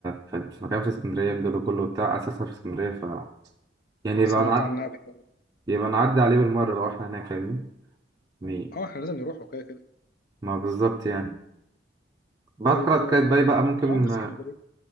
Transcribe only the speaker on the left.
سمعت
عنها قبل كده
اه احنا لازم نروح وكده كده
طيب
آه
بعد اسكندرية